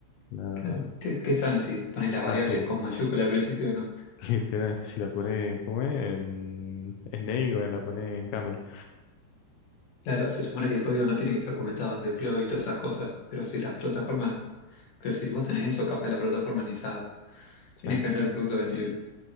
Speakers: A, on the left; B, on the left.
A: la
B: Claro,
A: verdad.
B: ¿qué, qué saben si pones las variables
A: No, sí,
B: con mayúscula al principio o no?
A: <laughs> literal, si la pones en, ¿cómo es? En Snake o la pones en Camel.
B: Claro, se supone que el código no tiene que estar comentado en deploy y todas esas cosas, pero si las plataformas, pero si vos tenés eso, capaz la plataforma ni sabe.
A: sí
B: Tienes que vender un producto vendible.